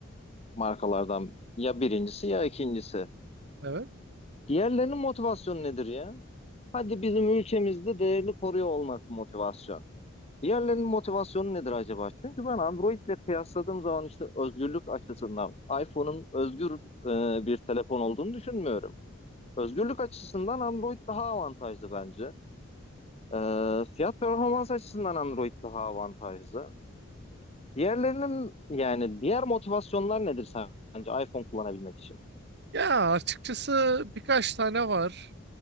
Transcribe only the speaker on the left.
markalardan ya birincisi ya ikincisi.
Diğerlerinin motivasyonu nedir ya? Hadi bizim ülkemizde değerini koruyor olması motivasyon. Diğerlerinin motivasyonu nedir acaba? Çünkü ben Android'le kıyasladığım zaman işte özgürlük açısından iPhone'un özgür e, bir telefon olduğunu düşünmüyorum. Özgürlük açısından Android daha avantajlı bence. E, fiyat performans açısından Android daha avantajlı. Diğerlerinin yani diğer motivasyonlar nedir sence iPhone kullanabilmek için?